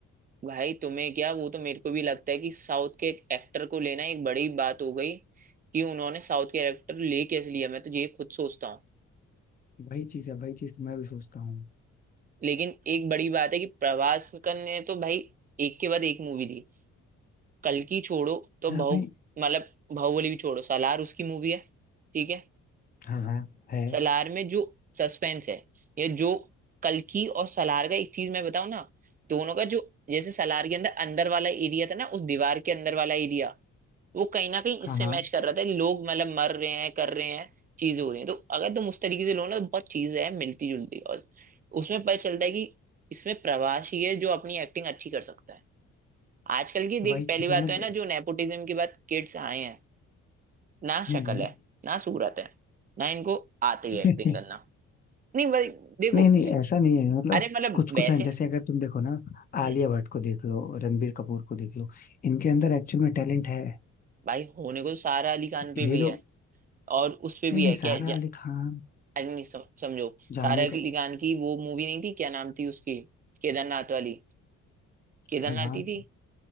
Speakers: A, on the right; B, on the left.
A: भाई तुम्हें क्या वो तो मेरे को भी लगता है कि साउथ के एक एक्टर को लेना एक बड़ी बात हो गई कि उन्होंने साउथ के एक्टर ले कैसे लिया मैं तो ये खुद सोचता हूँ
B: वही चीज है वही चीज मैं भी सोचता हूँ
A: लेकिन एक बड़ी बात है कि प्रभास ने तो भाई एक के बाद एक मूवी दी कल्कि छोड़ो तो
B: हाँ
A: बहु
B: भाई
A: मतलब बाहुबली भी छोड़ो सालार उसकी मूवी है ठीक है
B: हाँ हाँ है
A: सलार में जो सस्पेंस है या जो कल्कि और सलार का एक चीज मैं बताऊं ना दोनों का जो जैसे सलार के अंदर अंदर वाला एरिया था ना उस दीवार के अंदर वाला एरिया वो कहीं ना कहीं इससे
B: हाँ हाँ
A: मैच कर रहा था लोग मतलब मर रहे हैं कर रहे हैं चीजें हो रही हैं तो अगर तुम उस तरीके से लो ना तो बहुत चीजें हैं मिलती जुलती और उसमें पता चलता है कि इसमें प्रवासी है जो अपनी एक्टिंग अच्छी कर सकता है आजकल की देख
B: वही
A: पहली
B: चीज
A: बात
B: है मैं
A: तो है
B: दे-
A: ना जो नेपोटिज्म के बाद किड्स आए हैं ना
B: हम्म।
A: शक्ल है ना सूरत है ना इनको आती है एक्टिंग
B: <laughs>
A: करना नहीं भाई देखो
B: नहीं नहीं ऐसा नहीं है मतलब
A: अरे मतलब
B: कुछ कुछ
A: वैसे
B: हैं जैसे अगर तुम देखो ना
A: हम्म,
B: आलिया भट्ट को देख लो रणबीर कपूर को देख लो इनके अंदर एक्चुअल में टैलेंट है
A: भाई होने को तो सारा अली खान पे
B: ये
A: भी
B: लोग
A: है और उस पे भी
B: नहीं नहीं
A: है क्या
B: सारा
A: जा-
B: अली खान
A: अरे नहीं सम, समझो
B: जानवी
A: सारा अली
B: कपूर
A: खान की वो मूवी नहीं थी क्या नाम थी उसकी केदारनाथ वाली केदारनाथ
B: हाँ हाँ
A: ही थी